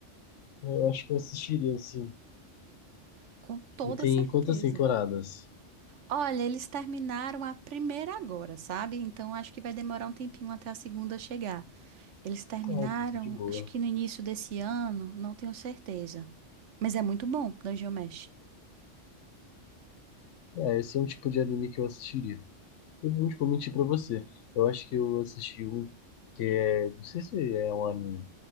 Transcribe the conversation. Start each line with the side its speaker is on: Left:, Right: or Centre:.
Left: Eu acho que eu assistiria, assim.
Right: Com toda
Left: E tem
Right: certeza.
Left: quantas temporadas?
Right: Olha, eles terminaram a primeira agora, sabe? Então acho que vai demorar um tempinho até a segunda chegar. Eles terminaram,
Left: Ah, então tá de boa.
Right: acho que no início desse ano, não tenho certeza. Mas é muito bom, Dungeon Mesh.
Left: É, esse é um tipo de anime que eu assistiria. Eu não vou mentir pra você. Eu acho que eu assisti um que é. Não sei se é um anime,